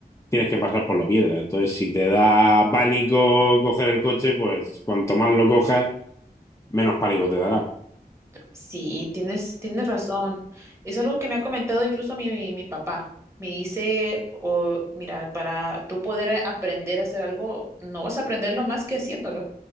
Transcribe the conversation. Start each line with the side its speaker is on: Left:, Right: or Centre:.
Left: tienes que pasar por la piedra. Entonces, si te da pánico coger el coche, pues cuanto más lo cojas, menos pánico te dará.
Right: Sí, tienes, tienes razón. Es algo que me ha comentado incluso mi, mi papá. Me dice, oh, mira, para tú poder a- aprender a hacer algo, no vas a aprenderlo más que haciéndolo.